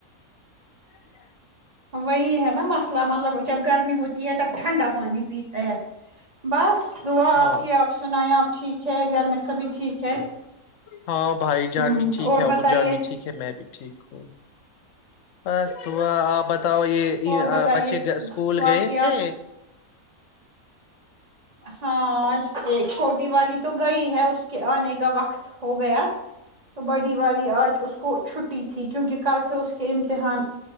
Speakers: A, on the left; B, on the right.
A: جی
B: وہی ہے نا مسئلہ مطلب جب گرمی ہوتی ہے تب ٹھنڈا پانی پیتا ہے بس دعا
A: ہاں
B: آپ کی آپ سنیں آپ ٹھیک ہے گھر میں سبھی ٹھیک ہے
A: ہاں بھائی
B: ہ
A: جان بھی ٹھیک
B: اور
A: ہے
B: بتائیے
A: ابو جان بھی ٹھیک ہے میں بھی ٹھیک ہوں بس تو آپ ب بتاؤ یہ
B: اور بتائیے
A: بچے اسکول
B: باقی
A: گئے تھے
B: ہاںج ایک چھوٹی والی تو گئی ہے اس کہ آنے کا وقت ہو گیا تو بڈی والی آج اس کو چھٹی تھی کیونکہ کل سے اس کے امتحان